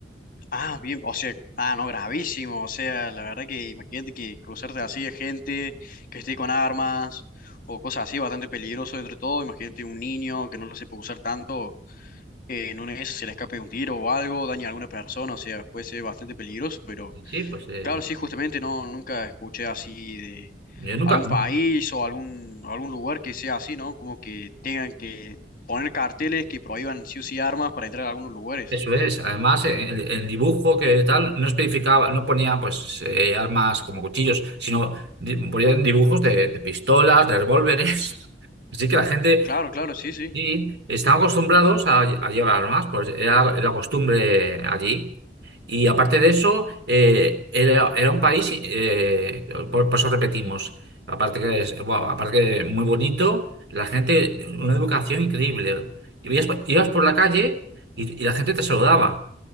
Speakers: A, on the left; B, on the right.
A: Ah, bien, o sea, ah, no, gravísimo. O sea, la verdad que imagínate que cruzarte así de gente que esté con armas o cosas así, bastante peligroso entre todo. Imagínate un niño que no lo sepa usar tanto, eh, en una de esas se le escape un tiro o algo, daña a alguna persona, o sea, puede ser bastante peligroso, pero.
B: Sí, pues eh,
A: Claro, sí, justamente no, nunca escuché así de
B: yo nunca.
A: algún país o algún, algún lugar que sea así, ¿no? Como que tengan que poner carteles que prohíban sí o sí armas para entrar a algunos lugares.
B: Eso es. Además, en el el dibujo que tal no especificaba, no ponía pues eh, armas como cuchillos, sino di- ponían dibujos de, de pistolas, de revólveres. <laughs> Así que la gente
A: Claro, claro, sí, sí.
B: Sí, están acostumbrados a, a llevar armas, pues era la costumbre allí. Y aparte de eso, eh, era, era un país, eh, por, por eso repetimos, aparte que es, bueno, aparte que muy bonito, la gente, una educación increíble. Y veías por- ibas por la calle y, y la gente te saludaba,